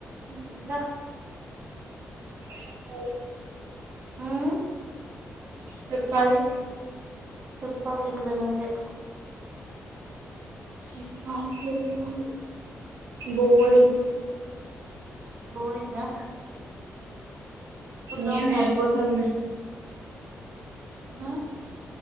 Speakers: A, on the right; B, on the right.
A: ఇంకా
B: చెప్పాలి
A: హ్మ్
B: చెప్పాలి
A: చెప్పాలి ఇంకా నువ్వే
B: చెప్పాలి చెప్పాలి బోరింగ్
A: బోరింగ్ ఆ ఫుల్
B: మేమే
A: ఆఫ్
B: అయిపోతావులే.
A: ఆ